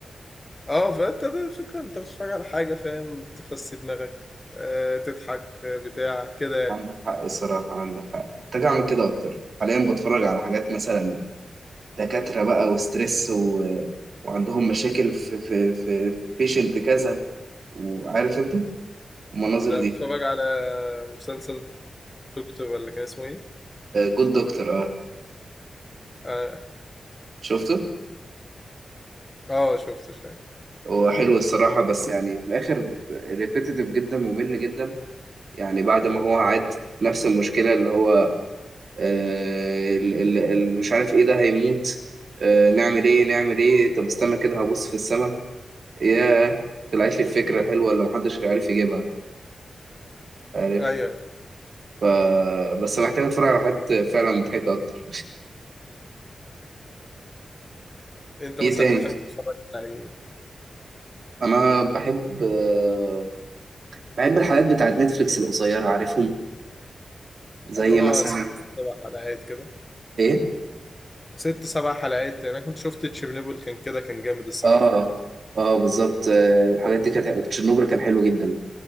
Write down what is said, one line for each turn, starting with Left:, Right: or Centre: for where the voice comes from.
Left: <laughs> اه فانت ده الفكرة انت بتتفرج على حاجة فاهم تفسي دماغك آه تضحك آه، بتاع كده يعني.
Right: عندك حق الصراحه عندك حق محتاج اعمل كده اكتر حاليا بتفرج على حاجات مثلا دكاتره بقى وستريس و... وعندهم مشاكل في في في بيشنت كذا وعارف انت المناظر
Left: ده
Right: دي
Left: بتفرج على مسلسل دكتور ولا كان اسمه ايه؟
Right: جود دكتور اه
Left: اه,
Right: شفته
Left: آه شفته شوية
Right: هو حلو الصراحة بس يعني في الآخر ريبيتيتيف جدا ممل جدا يعني بعد ما هو عاد نفس المشكلة اللي هو آه ال- ال- ال- مش عارف ايه ده هيموت آه نعمل ايه نعمل ايه طب استنى كده هبص في السماء ياه طلعت لي الفكرة حلوة اللي محدش عارف يجيبها عارف
Left: ايوه
Right: ف بس محتاج اتفرج على حاجات فعلا مضحكة أكتر
Left: انت
Right: في
Left: مثلا
Right: إيه تاني
Left: بتحب تتفرج على ايه؟
Right: أنا بحب آه بحب الحاجات بتاعت نتفليكس القصيرة عارفهم زي
Left: اللي هو
Right: مثلا
Left: ست سبع حلقات كده
Right: ايه
Left: ست سبع حلقات يعني انا كنت شفت تشيرنوبل كان كده كان جامد الصراحة
Right: اه اه بالظبط آه، الحاجات دي كانت تشيرنوبل كان حلو جدا